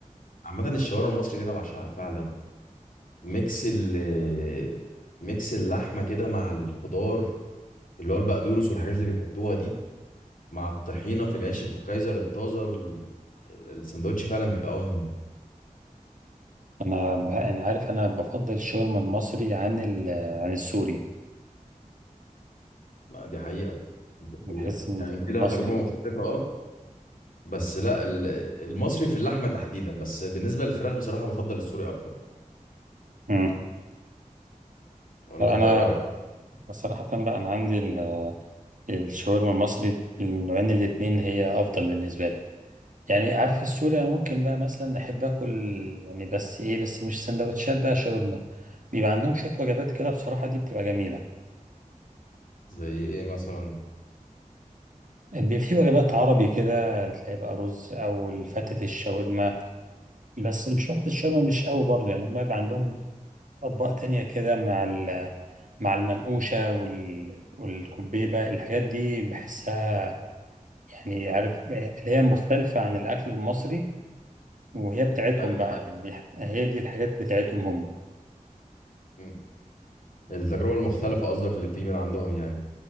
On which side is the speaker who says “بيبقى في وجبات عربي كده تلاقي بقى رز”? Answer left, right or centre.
Right